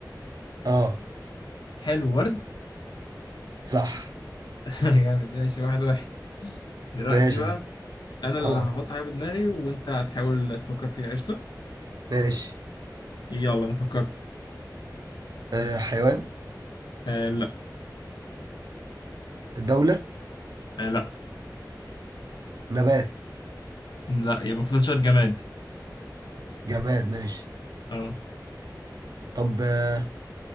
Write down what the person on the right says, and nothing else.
اه
صح
ماشي
اه
ماشي
آه حيوان
دولة
نبات
جماد ماشي
طب آه